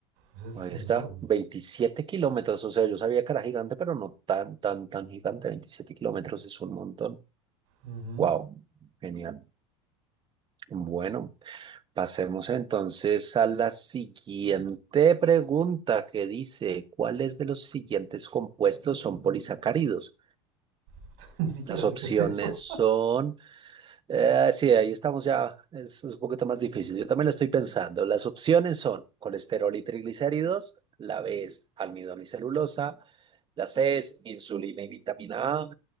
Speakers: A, on the right; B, on the right.
A: Eso es
B: Ahí
A: enorme.
B: está, 27 kilómetros, o sea, yo sabía que era gigante, pero no tan, tan, tan gigante, 27 kilómetros es un montón.
A: Ujú.
B: Wow, genial. Bueno, pasemos entonces a la siguiente pregunta que dice, ¿cuáles de los siguientes compuestos son polisacáridos?
A: <laughs> Ni siquiera
B: Las
A: sé
B: opciones
A: qué es eso.
B: son Eh, sí, ahí estamos ya, es un poquito más difícil. Yo también lo estoy pensando. Las opciones son colesterol y triglicéridos, la B es almidón y celulosa, la C es insulina y vitamina A,